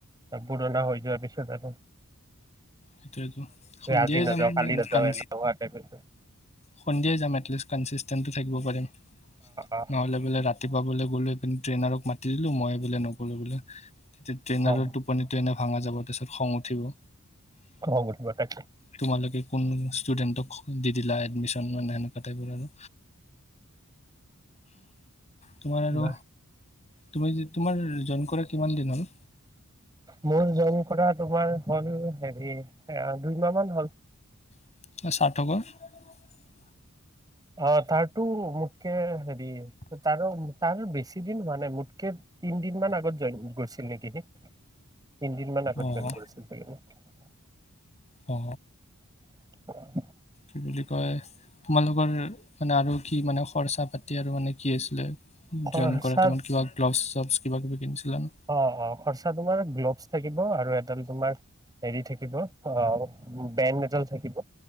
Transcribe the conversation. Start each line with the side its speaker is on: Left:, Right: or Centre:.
Right: পুৰণা হৈ যোৱা পিছত আক।
Left: সেইটোৱেতো সন্ধিয়াই
Right: আজি
Left: যাম
Right: নাযাও কালি নাযাও
Left: কন
Right: লৰা এটা গৈছে।
Left: সন্ধিয়াই যাম এটলিষ্ট কনচিষ্টেণ্টটো থাকিব পাৰিম
Right: অ
Left: নহ'লে বোলে ৰাতিপুৱা বোলে। ট্ৰেইনৰ মাতি দিলো মই বোলে নগলো বোলে। তেতি ট্ৰেইনত
Right: অ
Left: টোপ। স এনে ভাঙা যাব তাৰপিছত খং উঠিব।
Right: খং উঠিব তাইকলি?
Left: তোমালোকে কোন ষ্টুডেণ্টক দি দিলা এডমিশন মানে সেনেকুৱা টাইপৰ আৰু। তোমাৰ আৰু
Right: নাই।
Left: তুমি তোমাৰ জইন কৰা কিমান দিন হ'ল?
Right: মোৰ জইন কৰা তোমাৰ হল হেৰি এ দুইমাহ মান হ'ল।
Left: <unintelligible>
Right: অ তাৰ টো মোতকে হেৰি তাৰ তাৰ বেছি দিন হোৱা নাই মোতকে তিনদিন মান আগত জইন কৰিছিল নেকি সি তিনদিন মান আগত
Left: অঁ
Right: জইন কৰিছিল সি।
Left: অ।
Right: <inaudible>
Left: কি বুলি কয় তোমালোকৰ মানে আৰু কি মানে খৰচা পাতি আৰু মানে কি আছিলে।
Right: খৰচাত
Left: জইন কৰা তাইমত কিবা গ্ল'ভছ? কিবা কিবি কিনিছিলা। নে
Right: অ অ খৰচা তোমাৰ গ্ল'ভছ থাকিব আৰু এডাল তোমাৰ হেৰি থাকিব অ বেণ্ড এডাল থাকিব